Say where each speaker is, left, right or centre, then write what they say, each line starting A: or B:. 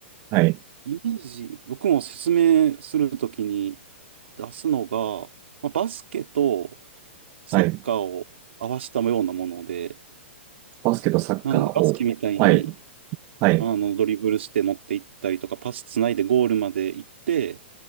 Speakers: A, on the right; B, on the right.
A: はい、
B: イメージ、僕も説明するときに出すのが、まあ、バスケとサッカーを合わせたようなもので、
A: はい。バスケとサッカーを。
B: なんでバスケみたいに
A: はい、はい、
B: あのドリブルして持っていったりとか、パスつないでゴールまで行って、